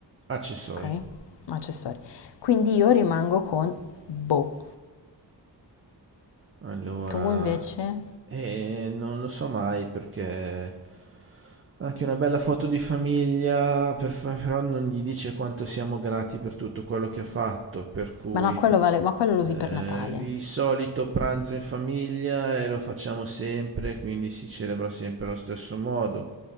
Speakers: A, on the right (about 30°); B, on the left (about 75°).
A: Accessori.
B: okay, Ma accessori. Quindi io rimango con boh.
A: Allora,
B: Tu invece?
A: eh, non lo so mai perché anche una bella foto di famiglia, per fa- però non gli dice quanto siamo grati per tutto quello che ha fatto, per cui
B: Ma no, quello vale ma quello lo usi
A: eh,
B: per Natale.
A: il solito pranzo in famiglia e lo facciamo sempre, quindi si celebra sempre allo stesso modo